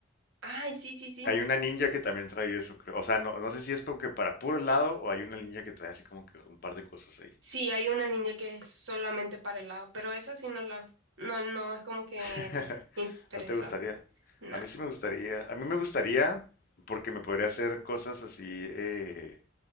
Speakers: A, on the right; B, on the left.
A: Ay, sí, sí, sí.
B: Hay una ninja que también trae eso, creo. O sea, no, no sé si es como que para puro helado o hay una ninja que trae así como que un par de cosas ahí.
A: Sí, hay una ninja que es solamente para helado, pero esa sí no la, no, no es como que
B: <laughs>
A: de- interesante.
B: ¿No te gustaría?
A: Nada.
B: A mí sí me gustaría. A mí me gustaría porque me podría hacer cosas así, eh,